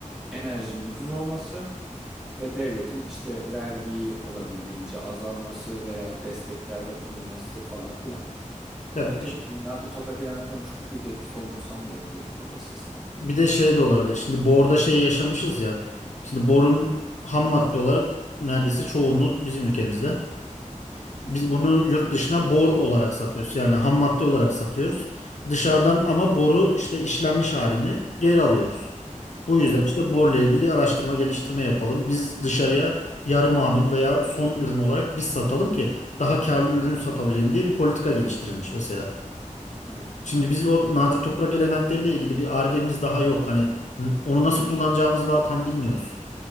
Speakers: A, in the centre; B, on the left.
A: enerjinin ucuz olması ve devletin işte vergiyi olabildiğince azalması veya desteklerde bulunması falan filan.
B: Ya
A: Yani
B: bir
A: öteki türlü nadir toprak elementlerinin çok büyük etkisi olduğunu sanmıyorum üretim kapasitesinde.
B: bir de şey de olabilir. Şimdi borda şey yaşamışız ya. Şimdi borun ham madde olarak neredeyse çoğunluğu bizim ülkemizde.
A: Hı
B: Biz
A: hı.
B: bunu yurt dışına bor olarak satıyoruz. Yani ham madde olarak satıyoruz. Dışarıdan ama boru işte işlenmiş halini geri alıyoruz. Bu yüzden
A: Evet,
B: işte
A: evet.
B: borla ilgili araştırma geliştirme yapalım. Biz dışarıya yarı mamul veya son ürün olarak biz satalım ki daha karlı ürün satabilelim diye bir politika geliştirilmiş mesela.
A: Evet.
B: Şimdi biz o
A: Ya,
B: nadir toprak elementleriyle ilgili bir argemiz daha yok. Hani n- onu nasıl kullanacağımızı daha tam bilmiyoruz.